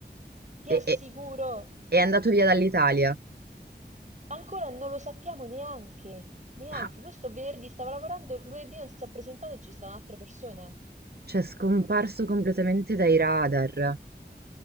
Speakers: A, on the right; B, on the right.
A: Ti
B: E,
A: assicuro,
B: e- è andato via dall'Italia?
A: ancora non lo sappiamo neanche, neanche.
B: Ma,
A: Questo venerdì stava lavorando, lunedì non si è presentato, ci sta un'altra persona.
B: cioè, è scomparso completamente dai radar.